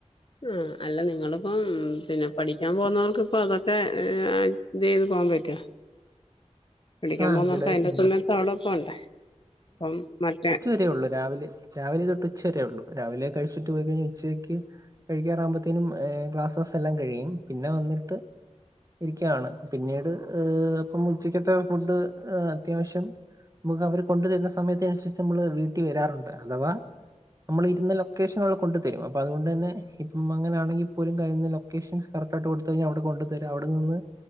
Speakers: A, on the left (about 45°); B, on the right (about 30°).
A: ആഹ് അല്ല നിങ്ങളിപ്പം പിന്നെ പഠിക്കാൻ പോന്നോർക്കിപ്പം അതൊക്കെ ഏഹ് ഇത ന്ന് പോവാൻ പറ്റോ വിളിക്കാൻ
B: ആഹ്
A: പോന്നോർക്ക്
B: ഇവിടെ
A: അതിന്റെ
B: ഉം
A: സമയത്തവിടെ പോണ്ടേ അപ്പം മറ്റേ
B: ത്തെരെ ഒള്ളൂ രാവിലെ രാവിലെ തൊട്ട് ഉച്ചവരേയെ ഒള്ളൂ രാവിലെ കഴിച്ചിട്ട് പോയി കഴിഞ്ഞാ ഉച്ചയ്ക്ക് കഴിക്കാറാകുമ്പത്തേനും ക്ലാസസെല്ലാം കഴിയും പിന്നെ വന്നിട്ട് ഇരിക്കയാണ് പിന്നീട് ഏഹ് ഇപ്പം ഉച്ചക്കത്തെ ഫുഡ് അത്യാവശ്യം നമുക്കവര് കൊണ്ടുതരുന്ന സമയത്തനുസരിച്ച് നമ്മള് വീട്ടി വരാറുണ്ട് അഥവാ നമ്മൾ ഇരുന്നലൊക്കേഷനുകൾ കൊണ്ടുതരും അപ്പൊ അതുകൊണ്ടെന്നെ ഇപ്പം അങ്ങനാണെങ്കിപോലും കഴിയുന്ന ലൊക്ക് ലൊക്കേഷൻസ് കറക്റ്റായിട്ട് കൊടുത്ത് കഴിഞ്ഞാ അവിടെ കൊണ്ടുതരും അവിടെനിന്ന്